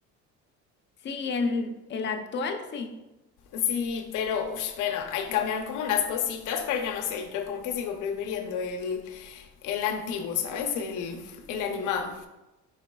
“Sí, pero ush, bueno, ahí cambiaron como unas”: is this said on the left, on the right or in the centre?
Left